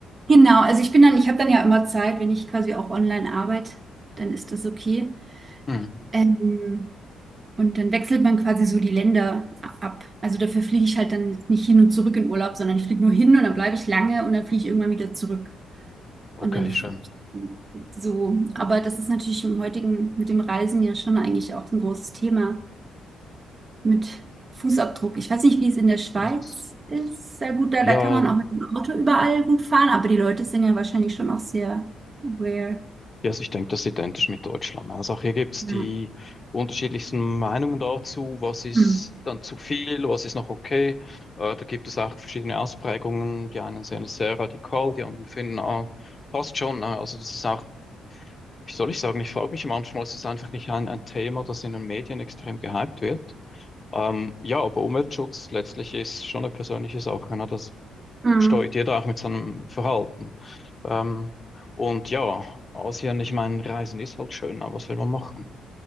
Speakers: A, on the right; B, on the left.
A: Genau, also ich bin dann, ich habe dann ja immer Zeit, wenn ich quasi auch online arbeite, dann ist das okay.
B: Hm,
A: Ähm, und dann wechselt man quasi so die Länder a- ab. Also dafür fliege ich halt dann jetzt nicht hin und zurück in Urlaub, sondern ich fliege nur hin und dann bleibe ich lange und dann fliege ich irgendwann wieder zurück.
B: okay,
A: Und dann f-
B: schön.
A: so. Aber das ist natürlich im heutigen, mit dem Reisen ja schon eigentlich auch ein großes Thema mit Fußabdruck. Ich weiß nicht, wie es in der Schweiz
B: Das ist,
A: ist. Sehr gut, da,
B: ja,
A: da kann man auch mit dem Auto überall gut fahren, aber die Leute sind ja wahrscheinlich schon auch sehr aware.
B: ja, also ich denke, das ist identisch mit Deutschland. Also auch hier gibt es
A: Ja.
B: die unterschiedlichsten Meinungen dazu, was ist
A: Hm.
B: dann zu viel, was ist noch okay. Äh, da gibt es auch verschiedene Ausprägungen. Die einen sehen das sehr radikal, die anderen finden, ah, passt schon. ne? Also das ist auch, wie soll ich sagen, ich frage mich manchmal, ist es einfach nicht ein, ein Thema, das in den Medien extrem gehypt wird. Ähm, ja, aber Umweltschutz letztlich ist schon eine persönliche Sache. Ne? Das
A: Hm.
B: steuert jeder auch mit seinem Verhalten. Ähm, und ja, Asien, ich meine, Reisen ist halt schön, aber was will man machen?